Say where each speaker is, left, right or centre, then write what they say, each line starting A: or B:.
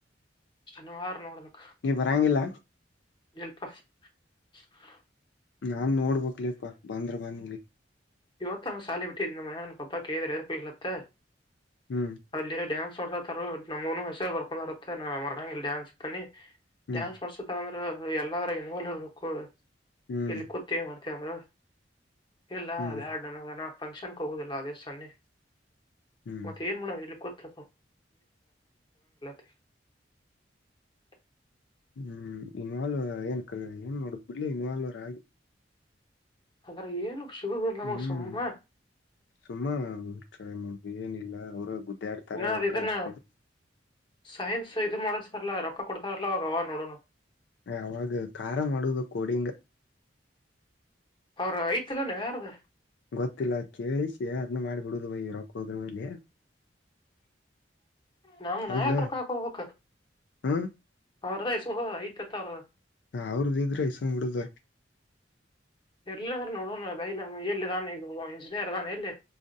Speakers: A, on the left; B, on the left.
A: ಶನಿವಾರ ನೋಡಬೇಕು
B: ನೀ್ ಬರಂಗಿಲ್ಲ
A: ಇಲ್ಲಿ ಪಸ್ <unintelligible>
B: ನಾನ್ ನೋಡ್ಬಕ್ಲಿಪಾ ಬಂದ್ರ ಬಂದಿ
A: ಇವತ್ತು ಸಾಲಿ ಬಿಟ್ಟಿ ಮನ ನ <unintelligible> ಅ <unintelligible>
B: ಹ್ಮ್
A: ತ ನಮ್ಷಸ ಬರ್ಕೊಂಡ್ರತ್ತ ನ್ರಂಗ ಡ್ಯಾನ್ಸ್ ಇತ್ತಾನಿ
B: ಹ್ಮ್
A: ಡ್ಯಾನ್ಸ್ ಮಾಡಸತ ಅಂದ್ರ ಎಲ್ಲರ ಇನ್ಲ್ವ್ ಇಬೇಕು
B: ಹ್ಮ್
A: ಇಲ್ಲಿ ಕೂತ್ತೇ ಮಾಡ ಂದರು ಇಲ್ಲ
B: ಹ್ಮ್
A: ಎರಡ್ ನನಗನ ಫಂಕ್ಷನ್ಗೆ ಹೋಗೋುದಿಲ್ಲ ದಿವ್ಸನ್ನಿ
B: ಹ್ಮ್
A: ಮತ್ತೆ ಏನ್ ಮಾಡೇವ್ ಇಲ್ಲಿ ಗತ್ <unintelligible>
B: ಹ್ಮ್ ಇನ್ವಾಲ್ವ್ ಏನ್ ಏನ್ ನೋಡ್ ಬಿಡ್ಲಿ ಇನ್ವಾಲ್ವರ್ ಆಗಿ
A: ಆದ್ರೆ ಏನು ಶುಭಗಳುಲ್ಲಮ್ಮ
B: ಹ್ಮ್
A: ಸಮ್ಮ
B: ಸುಮ್ಮ ಟ್ರೈ ಮಾಡುದು ಏನಿಲ್ಲ ಅವರು ಗುದ್ದಾಡ್ತಾರ
A: ಇನ್ನ
B: ರೊಕ್ಕ
A: ಅದ್ ಇದನ್ನ
B: ಅಷ್ಟಕ
A: ಸೈನ್ಸ್ ಇದು ಮಾಡಸ್ತಾರಲ್ಲ ರೊಕ್ಕ ಕೊಡ್ತಾರಲ್ಲ ಅವಾಗ ಅವ ನೋಡನು
B: ಅವಾಗ ಖಾರ ಮಾಡುದ ಕೊಡಿಂಗ
A: ಅವ್ರ ಐತಿಲ್ಲ ನೀ ಯಾರದ
B: ಗೊತ್ತಿಲ್ಲ ಕೇಳಿಸಿ ಅದ್ನ್ನ ಮಾಡಿಬಿಡುದು ಬ ರೊಕ್ಕ ಹೋದ್ರ ಅಲ್ಲಿ
A: ನಮ
B: ಹೌದ್ಲ
A: ನಾಯಕ ರಕಾಕ್ ಹೋಗಬೇಕಕ್
B: ಹ್ಮ
A: ಅವ್ರದ ಐತತ್ <unintelligible>
B: ಹ ಅವ್ರದ ಇದ್ರೆ ಇಸ್ಕ್ ಬಿಡುದ್
A: ಎಲ್ಲ ಅಂದ್ರೆ ನೋಡೋಣ ಬ ಎಲ್ಲಿದಾನ ಈಗ ಇಂಜಿನಿಯರ್ದಾನ ಎಲ್ಲಿ